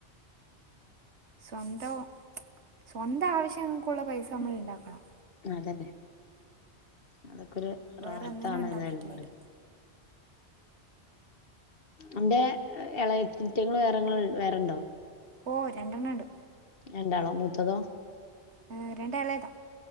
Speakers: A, on the right; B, on the left.
A: സ്വന്തം സ്വന്തം ആവശ്യങ്ങൾക്ക ഉള്ള പൈസ നമ്മൾ ഉണ്ടാക്കണം
B: അതന്നെ അതൊക്കെ ഒരു
A: വേറെ
B: റാഹത്താണ്
A: ഒന്നിനും ഉണ്ടാക്കിയിട്ടില്ലേലും
B: ഏതായാലും പറയാ എന്റെറെ ഇളയേറ്റിങ്ങൾ വേറെ വേറെണ്ടോ
A: ഓ രണ്ടണ്ണണ്ട്
B: രണ്ടാളോ മൂത്തതോ
A: ആ രണ്ട ഇളയതാ